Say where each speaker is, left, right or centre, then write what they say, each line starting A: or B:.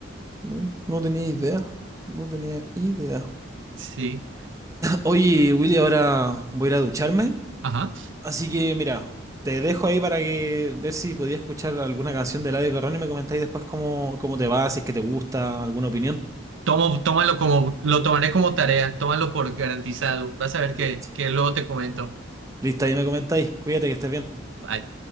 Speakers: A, on the right; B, on the right.
A: no, no tenía idea, no tenía idea.
B: Sí,
A: Oye, Willy, ahora voy a ir a ducharme.
B: ajá.
A: Así que mira, te dejo ahí para que ver si podías escuchar alguna canción de Eladio Carrón y me comentáis después cómo, cómo te va, si es que te gusta, alguna opinión.
B: Tomo, tómalo como, lo tomaré como tarea, tómalo por garantizado. Vas a ver
A: Listo.
B: que, que luego te comento.
A: Listo, ahí me comentáis. Cuídate que estés bien.
B: Bye.